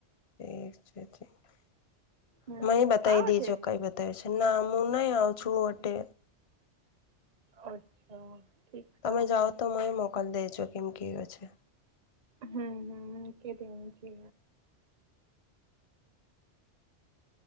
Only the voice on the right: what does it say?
હમ
આવે
છે
અચ્છા. ઠીક
સા
હમ હમ કે દેવું છે.